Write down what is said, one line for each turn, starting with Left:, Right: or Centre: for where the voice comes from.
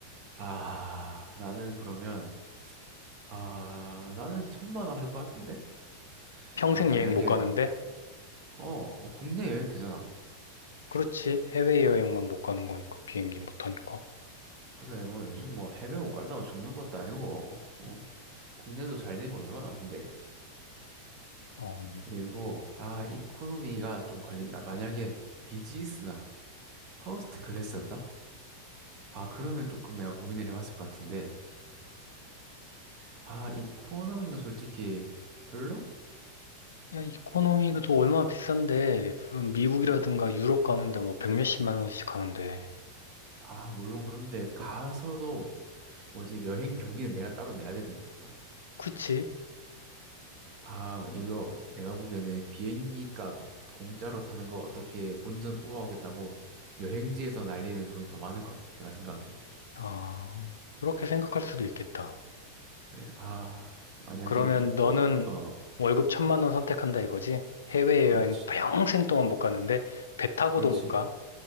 Right: 아, 나는 그러면, 아, 나는 천만 원 할 것 같은데?
Left: 평생
Right: 아, 만약에,
Left: 여행 못 가는데?
Right: 어, 뭐 국내 여행 되잖아.
Left: 그렇지. 해외여행만 못 가는 거니까. 비행기 못 타니까.
Right: 그래, 뭐 요즘 뭐 해외 못 간다고 죽는 것도 아니고, 어? 국내도 잘 된 곳 얼마 많은데.
Left: 어.
Right: 그리고, 아, 이코노미가 좀 걸린다. 만약에 비즈니스나 퍼스트 클래스였다? 아, 그러면 조금 내가 고민을 해봤을 것 같은데. 아, 이코노미는 솔직히 별로?
Left: 야, 이코노미도 또 얼마나 비싼데. 음, 미국이라든가 유럽 가는데 뭐 백 몇십만 원씩 하는데.
Right: 아, 물론 그런데 가서도 뭐지, 여행 경비는 내가 따로 내야 되는 거잖아.
Left: 그치?
Right: 아, 이거 내가 보기에는 비행기 값 공짜로 타는 거 어떻게 본전 뽑아오겠다고 여행지에서 날리는 돈이 더 많을 것 같아. 내가 생각하기엔.
Left: 아, 그렇게 생각할 수도 있겠다.
Right: 그래. 아, 만약에
Left: 그러면
Right: 이콘,
Left: 너는
Right: 어,
Left: 월급 천만 원 선택한다 이거지? 해외여행
Right: 그렇지.
Left: 평생 동안 못 가는데? 배 타고도
Right: 그렇지.
Left: 못 가?